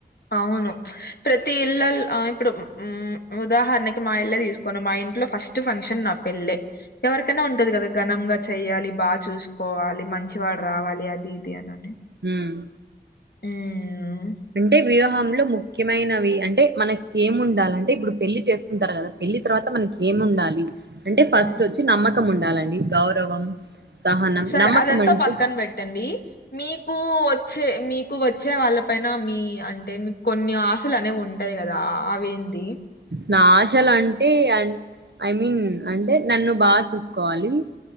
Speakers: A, on the left; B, on the right.
A: అవును, ప్రతి, ఇల్లల్, ఇప్పుడు, ఉదాహరణకి మా ఇల్లే తీసుకొండి మా ఇంట్లో ఫస్ట్ ఫంక్షన్ నా పెళ్ళే ఎవరికైనా ఉంటది కదా ఘనంగా చెయ్యాలి బాగా చూసుకోవాలి మంచివాడు రావాలి అది ఇది అనని
B: హమ్
A: హ్మ్.
B: అంటే వివాహంలో ము ముఖ్యమైనవి అంటే మనకి ఏముండాలి అంటే ఇప్పుడు పెళ్ళి చేసుకుంటారు కదా పెళ్లి తర్వాత మనకి ఏమిండాలి అంటే ఫస్ట్
A: హ్మ్.
B: వచ్చి నమ్మకం ఉండాలండి గౌరవం సహనం
A: సరే
B: నమ్మకం
A: అదంతా
B: అంటే
A: పక్కన పెట్టండి మీకు వచ్చే మీకు వచ్చే వాళ్ళ పైన మీ అంటే మీకు కొన్ని ఆశలు అనేవి ఉంటాయి కదా అవేంది
B: నా ఆశలు అంటే ఐ మీన్ అంటే నన్ను బాగా చూసుకోవాలి